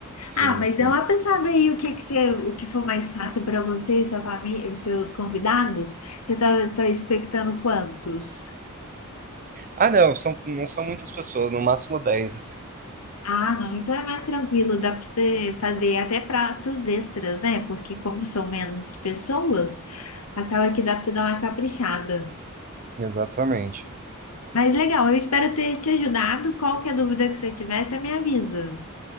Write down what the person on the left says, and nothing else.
Ah, mas
dá uma pensada aí o que que você, o que for mais fácil para você e sua família, os seus convidados. Você tá, tá expectando quantos?
Ah, não, então é mais tranquilo, dá para você fazer até pratos extras, né? Porque como são menos pessoas, acaba que dá para você dar uma caprichada.
Mas legal, eu espero ter te ajudado. Qualquer dúvida que você tiver, você me avisa.